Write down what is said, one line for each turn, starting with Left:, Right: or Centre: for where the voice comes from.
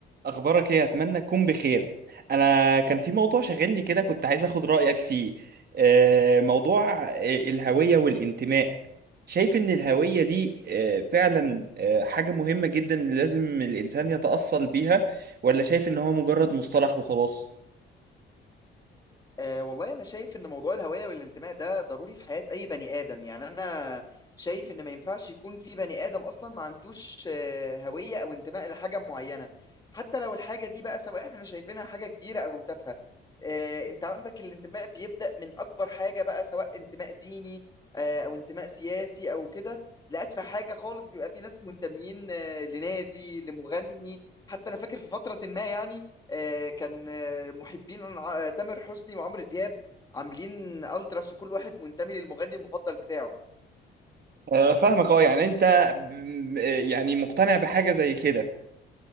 Right: اخبارك ايه اتمنى تكون بخير انا كان في موضوع شاغلني كده كنت عايز اخد رايك فيه آه، موضوع آه، الهويه والانتماء شايف ان الهويه دي آه، فعلا آه، حاجه مهمه جدا لازم الانسان يتاصل بيها ولا شايف ان هو مجرد مصطلح وخلاص
Left: أه والله أنا شايف إن موضوع الهوية والانتماء ده ضروري في حياة أي بني آدم يعني أنا شايف إن ما ينفعش يكون في بني آدم أصلا ما عندوش آه، هوية أو انتماء لحاجة معينة حتى لو الحاجة دي بقى سواء إحنا شايفينها حاجة كبيرة أو تافهة آه، أنت عندك الانتماء بيبدأ من أكبر حاجة بقى سواء انتماء ديني آه، أو انتماء سياسي أو كده لأتفه حاجة خالص بيبقى في ناس منتميين آه، لنادي لمغني حتى أنا فاكر في فترة ما يعني آه، كان آه، محبين ع- آه، تامر حسني وعمرو دياب عاملين التراس وكل واحد منتمي للمغني المفضل بتاعه
Right: آه، فاهمك اه يعني انت ب- م- آه، يعني مقتنع بحاجه زي كده